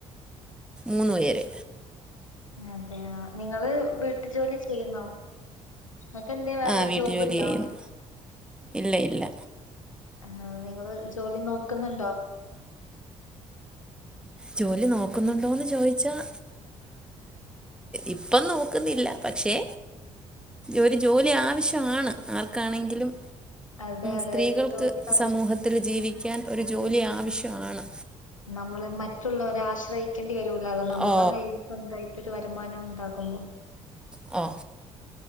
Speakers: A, in the centre; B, on the left (about 85°).
A: മൂന്ന് പേര്.
B: അതെയാ നിങ്ങള് വീട്ടു ജോലി ചെയ്യുന്നോ? നിങ്ങക്ക് എന്താ വേറെ
A: ആ വീട്ടു
B: ജോബുണ്ടോ?
A: ജോലി ചെയ്യുന്നു ഇല്ല ഇല്ല.
B: ആഹ നിങ്ങള് ജോലി നോക്കുന്നുണ്ടോ?
A: ജോലി നോക്കുന്നുണ്ടോന്ന് ചോദിച്ചാൽ, ഇപ്പം നോക്കുന്നില്ല പക്ഷേ ഒരു ജോലി ആവശ്യമാണ് ആര്ക്കാണെങ്കിലും
B: അതെ അതെ
A: സ്ത്രീകൾക്ക്
B: ഒരു ജോലി ആവശ്യം
A: സമൂഹത്തിൽ ജീവിക്കാൻ ഒരു ജോലി ആവശ്യമാണ്.
B: നമ്മള് മറ്റുള്ളവരെ ആശ്രയിക്ക വരൂലല്ലോ നമ്മള
A: ഓ
B: കയ്യിൽ സ്വന്തായിട്ട് വരുമാനം ഉണ്ടാക്കുമ്പോ
A: ആ